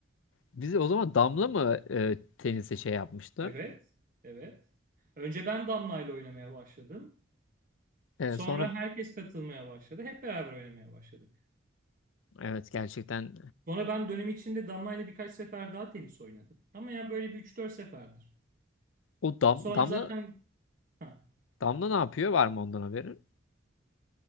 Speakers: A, on the left (about 80°); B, on the right (about 45°).
A: Bizi o zaman Damla mı e, tenise şey yapmıştı?
B: Evet, evet. Önce ben Damla'yla oynamaya başladım.
A: E,
B: Sonra
A: sonra
B: herkes katılmaya başladı. Hep beraber oynamaya başladık.
A: evet gerçekten
B: Sonra ben dönem içinde Damla'yla birkaç sefer daha tenis oynadım. Ama yani böyle bir üç dört seferdir.
A: o Dam,
B: Sonra
A: Damla
B: zaten ha,
A: Damla ne yapıyor? Var mı ondan haberin?